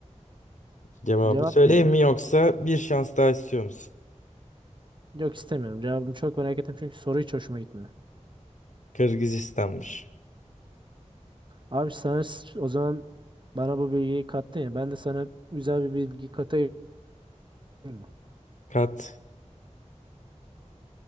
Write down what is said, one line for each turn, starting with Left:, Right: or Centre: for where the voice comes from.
Left: Cevabı
Right: Cevap
Left: söyleyeyim
Right: neydi?
Left: mi yoksa bir şans daha istiyor musun?
Right: Yok istemiyorum. Cevabımı çok merak ettim çünkü soru hiç hoşuma gitmedi.
Left: Kırgızistan'mış.
Right: Abi sen s- o zaman bana bu bilgiyi kattın ya. Ben de sana güzel bir bilgi katayım mı?
Left: Kat.